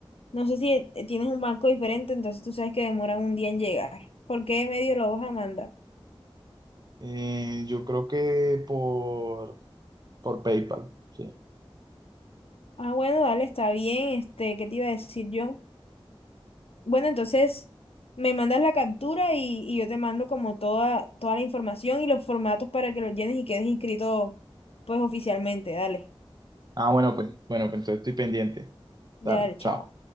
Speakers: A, on the left; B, on the right.
A: no sé si eh, tienes un banco diferente, entonces tú sabes que demoran un día en llegar. ¿Por qué medio lo vas a mandar?
B: Eh, yo creo que por... Por PayPal, sí.
A: Ah, bueno, dale, está bien, este, ¿qué te iba a decir yo? Bueno, entonces me mandas la captura y, y yo te mando como toda, toda la información y los formatos para que los llenes y quedes inscrito pues oficialmente, dale,
B: Ah, bueno, pues, bueno, pues entonces estoy pendiente.
A: dale,
B: Dale,
A: chao.
B: chao.